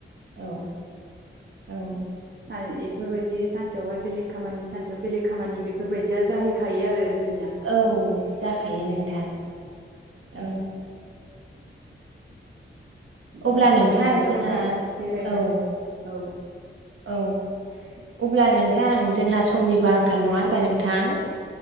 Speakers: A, on the right; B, on the right.
A: औ औ
B: <unintelligible> इफोरबायदि सानसेयावहाय बेलेग खामानि सानसेयाव बेलेग खामानि बेफोरबायदिया जाहै खायो आरो जों
A: औ जाखायो नोंथां औ
B: बिदिनो
A: अब्ला
B: खामानि
A: नोंथां
B: गैयाबाथाय
A: जोंहा
B: बेरायबाय
A: औ
B: औ
A: औ अब्ला नोंथां जोंहा समनिबो
B: ओ
A: आंखाल नङा होनबा नोंथां